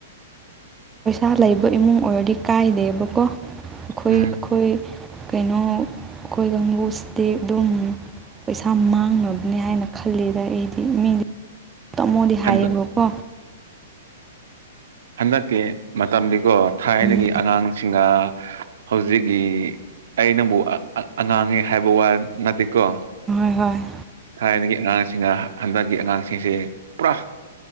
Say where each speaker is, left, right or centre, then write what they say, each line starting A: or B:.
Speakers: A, on the right; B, on the right.
A: ꯄꯩꯁꯥ ꯂꯩꯕ ꯏꯃꯨꯡ ꯑꯣꯏꯔꯗꯤ ꯀꯥꯏꯗꯦꯕꯀꯣ ꯑꯈꯣꯏ
B: ꯎꯝ
A: ꯑꯈꯣꯏ ꯀꯩꯅꯣ ꯑꯈꯣꯏ ꯀꯥꯡꯕꯨꯁꯤꯗꯤ ꯑꯗꯨꯝ ꯄꯩꯁꯥ ꯃꯥꯡꯅꯕꯅꯦ ꯍꯥꯏꯅ ꯈꯜꯂꯤꯗ ꯑꯩꯗꯤ ꯃꯤꯗꯤ ꯇꯝꯃꯣꯗꯤ ꯍꯥꯏꯌꯦꯕ
B: ꯍꯟꯗꯛ
A: ꯀꯣ
B: ꯍꯟꯗꯛꯀꯤ ꯃꯇꯝꯗꯤꯀꯣ ꯊꯥꯏꯅꯒꯤ
A: ꯎꯝ
B: ꯑꯉꯥꯡ ꯁꯤꯡꯒ ꯍꯧꯖꯤꯛꯒꯤ ꯑꯩ ꯅꯪꯕꯨ ꯑꯥ ꯑꯥ ꯑꯉꯥꯡꯅꯦ ꯍꯥꯏꯕ ꯋꯥ ꯅꯠꯇꯦꯀꯣ
A: ꯍꯣꯏ ꯍꯣꯏ
B: ꯊꯥꯏꯅꯒꯤ ꯑꯉꯥꯡꯁꯤꯡꯅ ꯍꯟꯗꯛꯀꯤ ꯑꯉꯥꯡꯁꯤꯡꯁꯦ ꯄꯨꯔꯥ